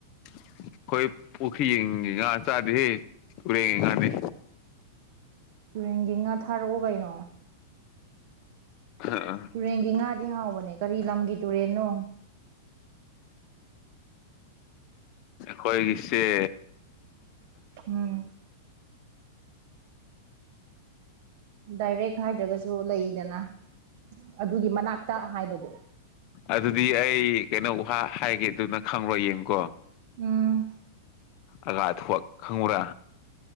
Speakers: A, on the left (about 40°); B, on the right (about 50°).
A: ꯑꯩꯈꯣꯏ ꯄꯨꯈ꯭ꯔꯤ ꯌꯦꯡꯉꯦ ꯉ ꯆꯥꯗꯦꯍꯦ ꯇꯨꯔꯦꯟ ꯉꯥꯅꯦ
B: ꯇꯨꯔꯦꯟꯒꯤ ꯉꯥ ꯊꯥꯔꯛꯎ ꯀꯩꯅꯣ
A: ꯍꯑꯥꯥ
B: ꯇꯨꯔꯦꯟꯒꯤ ꯉꯥꯗꯤ ꯍꯥꯎꯕꯅꯦ ꯀꯔꯤ ꯂꯝꯒꯤ ꯇꯨꯔꯦꯟꯅꯣ?
A: ꯈꯣꯏꯒꯤꯁꯦ
B: ꯎꯝ ꯗꯥꯏꯔꯦꯛ ꯍꯥꯏꯗ꯭ꯔꯒꯁꯨ ꯂꯩꯗꯅ ꯑꯗꯨꯒꯤ ꯃꯅꯥꯛꯇ ꯍꯥꯏꯕꯗꯣ
A: ꯑꯗꯨꯗꯤ ꯑꯩ ꯀꯩꯅꯣ ꯍꯥꯏꯒꯦꯗꯨꯅ ꯈꯪꯂꯔꯣ ꯌꯦꯡꯉꯨꯀꯣ
B: ꯎꯝ
A: ꯑꯒꯥ ꯑ ꯊꯣꯛꯑ ꯈꯪꯉꯨꯔꯥ